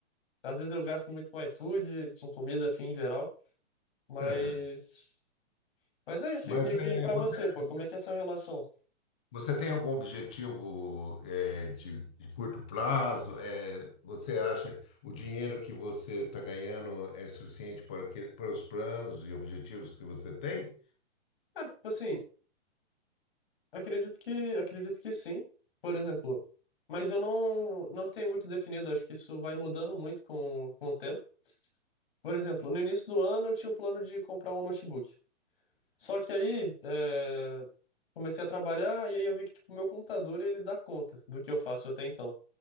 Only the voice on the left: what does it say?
Às vezes eu gasto muito com iFood, com comida assim em geral, mas
mas é isso.
E,
e para
você, pô,
como é que é a sua relação?
Cara, tipo assim, Acredito que, acredito que sim, por exemplo. Mas eu não, não tenho muito definido, acho que isso vai mudando muito com, com o tempo. Por exemplo, no início do ano eu tinha o plano de comprar um notebook. Só que aí é, comecei a trabalhar e aí eu vi que tipo, meu computador ele dá conta do que eu faço até então.